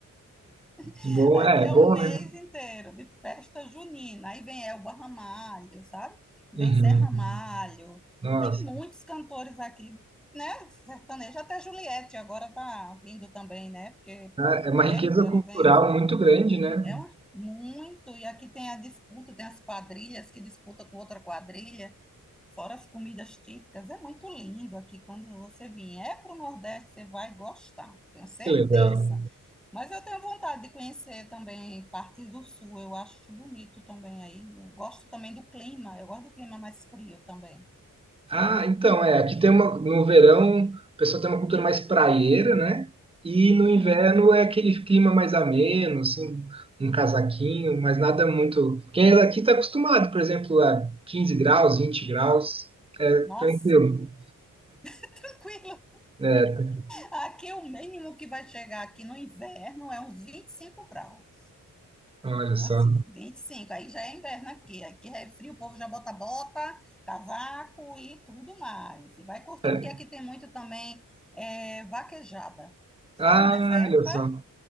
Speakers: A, in the centre; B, on the right.
A: <laughs>
B: Bom,
A: Aqui
B: é,
A: é
B: é bom,
A: um mês
B: né?
A: inteiro de festa junina. Aí vem Elba Ramalho, sabe? Vem
B: Uhum.
A: Zé Ramalho,
B: Nossa,
A: vem muitos cantores aqui, né? Sertanejo, até Juliette agora tá vindo também, né? Porque
B: é
A: é
B: é uma
A: perto,
B: riqueza
A: ela
B: cultural
A: vem
B: muito grande, né?
A: É uma, muito. E aqui tem a disputa, tem as quadrilhas que disputam com outra quadrilha, fora as comidas típicas. É muito lindo aqui. Quando você vier para o Nordeste, você vai gostar, tenho certeza.
B: Que legal.
A: Mas eu tenho vontade de conhecer também partes do Sul. Eu acho bonito também aí. Eu gosto também do clima. Eu gosto do clima mais frio também.
B: Ah, então, é, aqui tem uma, no verão, o pessoal tem uma cultura mais praieira, né? E no inverno
A: Hum,
B: é aquele clima mais ameno, assim, um casaquinho, mas nada muito. Quem é daqui está acostumado, por exemplo, a 15 graus, 20 graus, é
A: nossa,
B: tranquilo.
A: <laughs> tranquilo.
B: É,
A: Aqui o mínimo que vai chegar aqui no inverno é uns 25 graus.
B: olha só.
A: Assim, 25 aí já é inverno aqui. Aqui é frio, o povo já bota bota, casaco e tudo mais. E vai curtir,
B: É,
A: porque aqui tem muito também é, vaquejada, sabe?
B: Ah,
A: Nessa época.
B: olha só.